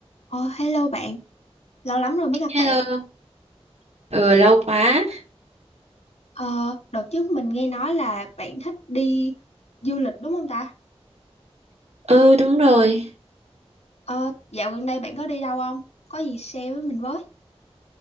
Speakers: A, on the left; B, on the right.
A: Ờ, hello bạn, lâu lắm rồi mới gặp
B: Hello,
A: bạn.
B: ừ, lâu quá.
A: Ờ, đợt trước mình nghe nói là bạn thích đi du lịch đúng không ta?
B: Ừ đúng rồi.
A: Ờ, dạo gần đây bạn có đi đâu không? Có gì share với mình với.